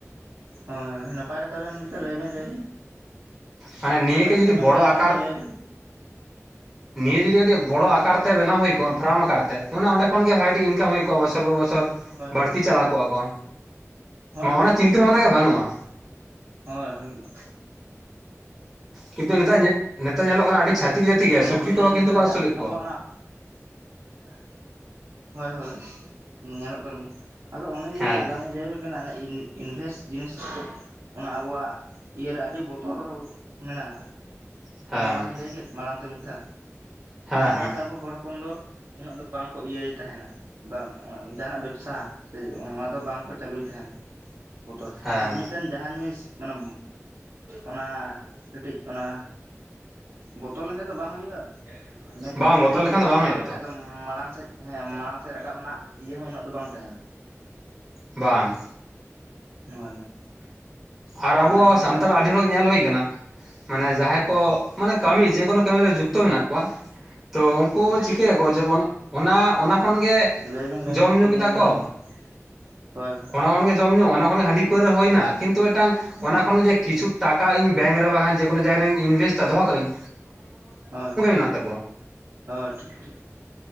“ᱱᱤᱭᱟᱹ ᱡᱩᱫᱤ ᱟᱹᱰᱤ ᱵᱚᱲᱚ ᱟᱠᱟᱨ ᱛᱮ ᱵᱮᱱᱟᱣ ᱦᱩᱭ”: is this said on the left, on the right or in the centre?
Centre